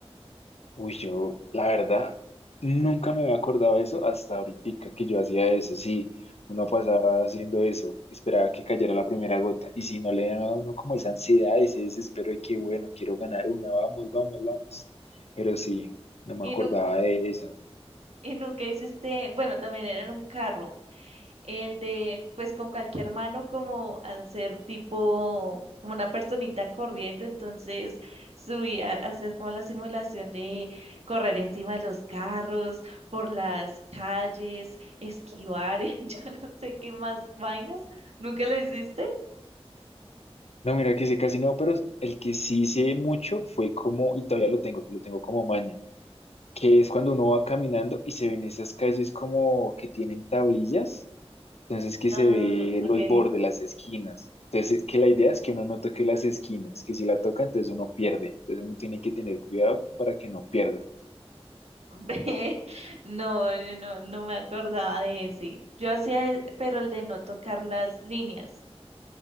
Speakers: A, on the left; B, on the right.
A: Uy, yo, la verdad, nunca me había acordado de eso hasta ahorita que yo hacía eso. Sí, uno pasaba haciendo eso, esperaba que cayera la primera gota. Y si no le daba a uno como esa ansiedad, ese desespero de que, bueno, quiero ganar una, vamos, vamos, vamos. Pero sí, no me
B: Y,
A: acordaba
B: nu-
A: de eso.
B: y nunca hiciste, bueno, también era en un carro. El de, pues con cualquier mano como hacer tipo, como una personita corriendo, entonces subía, hacías como la simulación de correr encima de los carros, por las calles, esquivar, <laughs> y yo no sé qué más vainas, ¿nunca lo hiciste?
A: No, mira que sé casi no, pero el que sí hice mucho fue como, y todavía lo tengo, lo tengo como maña, que es cuando uno va caminando y se ven esas calles como que tienen tablillas Entonces que se
B: Ah,
A: ve
B: okay
A: los bordes, las esquinas. Entonces que la idea es que uno no toque las esquinas, que si la toca entonces uno pierde. Entonces uno tiene que tener cuidado para que no pierda.
B: <laughs> No, yo no, no me acordaba de ese. Yo hacía, e- pero el de no tocar las líneas.